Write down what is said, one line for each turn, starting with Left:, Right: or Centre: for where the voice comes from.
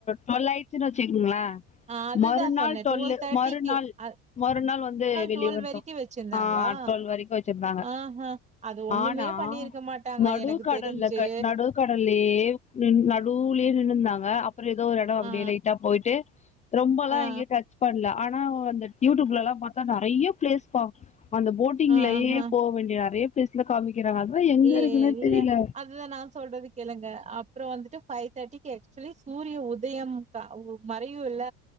Left: டுவெல் ஆயி ச்சுன்னு வச்சுங்களே
Right: ஆ அதுதா
Left: மறுநாள்
Right: சொன்னே
Left: டுவெலு
Right: டுவெல் தேர்ட்டிக்கு
Left: மறுநாள்
Right: அ
Left: மறுநாள் வந்து வெளிய
Right: டுவெல்
Left: வண்டோ
Right: வரைக்கு வச்சிருந்தாங்களா
Left: ஆ டுவெல் வரைக்கு வச்சிருந்தாங்க
Right: ஆஹா அது ஒண்ணுமே
Left: ஆனா
Right: பண்ணிருக்க மாட்டாங்க
Left: நடு
Right: எனக்கு
Left: கடல்ல
Right: தெரிஞ்சு
Left: கட் நடு கடல்லயே நடுலேயே நின்னுந்தாங்க அப்றோ ஏதோ ஒரு எடம் அப்டியே
Right: ஆ
Left: லைட்டா போயிட்டு ரொம்பெல்லா
Right: ஆ
Left: எங்கே டச் பண்ணல ஆனா வந்துட் யூடியூப்லல்லா பாத்தா நெறைய பிளேஸ் பா அந்த போட்டிங்லயே
Right: ஆஹா
Left: போக வேண்டிய நெறைய பிளேஸ்லா காமிக்கிறாங்க அதுதா எங்க
Right: ஏ
Left: இருக்குன்னே
Right: இல்ல
Left: தெரில
Right: அதுதா நா சொல்றது கேளுங்க அப்றம் வந்துட்டு பஃபைவ் தேர்ட்டிக்கு ஆக்சுவலி சூரிய உதயம் தா மறையுல்ல